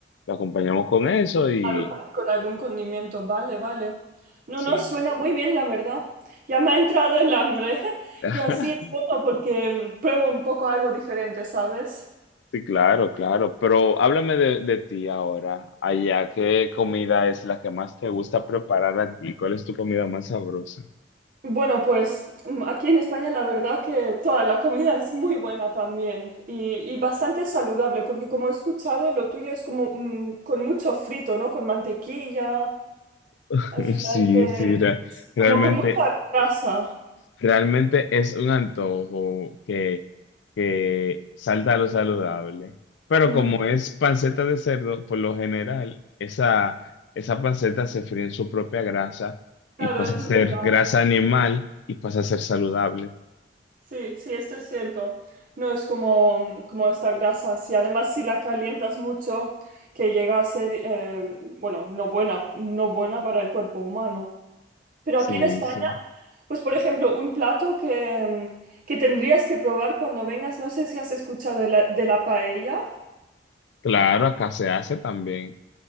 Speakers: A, on the left; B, on the right.
A: lo acompañamos con eso y
B: Claro, con, con algún condimento, vale, vale. No,
A: sí.
B: no, suena muy bien, la verdad. Ya me ha entrado el hambre <laughs>
A: <laughs>
B: y así es bueno porque mm, pruebo un poco algo diferente, ¿sabes?
A: Sí, claro, claro. Pero háblame de, de ti ahora. Allá, ¿qué comida es la que más te gusta preparar a ti? ¿Cuál es tu comida más sabrosa?
B: Bueno, pues mm, aquí en España la verdad que toda la comida es muy buena también y, y bastante saludable porque como he escuchado, lo tuyo es como mm, con mucho frito, ¿no? Con mantequilla.
A: <laughs>
B: Al final
A: Sí,
B: que,
A: sí, re- realmente,
B: como con mucha grasa.
A: realmente es un antojo que, que salta a lo saludable. Pero
B: Mm,
A: como es panceta de cerdo, por lo general, esa, esa panceta se fríe en su propia grasa y
B: claro,
A: pasa
B: eso
A: a ser
B: es verdad.
A: grasa animal y pasa a ser saludable.
B: Sí, sí, esto es cierto. No es como, como esta grasa. Si además si la calientas mucho, que llega a ser, eh, bueno, no buena, no buena para el cuerpo humano. Pero
A: Sí,
B: aquí en España,
A: sí.
B: pues por ejemplo, un plato que, que tendrías que probar cuando vengas, no sé si has escuchado de la, de la paella.
A: Claro, acá se hace también.